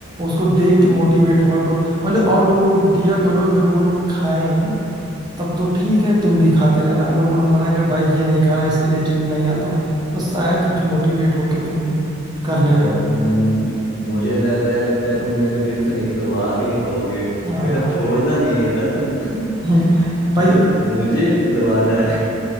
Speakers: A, on the right; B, on the left.
A: उसको देख के मोटिवेट हुआ करो पहले और लोगों को दिया करो अगर वो लोग खाएं तब तो ठीक है तुम भी खाते रहना अगर वो लोग मना करे भाई ये नहीं खाना इसके लिए जिम नहीं आता हूँ तो शायद कुछ मोटिवेट होके तुम करने
B: यार
A: लगो
B: मु- मुझे लग रहा है लगता है तुम मेरे को जिम से निकलवा के ही रहोगे लगता
A: हाँ हाँ
B: है
A: हाँ।
B: छोड़ना नहीं है ना तुम <laughs>
A: हम्म, तो भाई
B: मतलब मुझे निकलवाना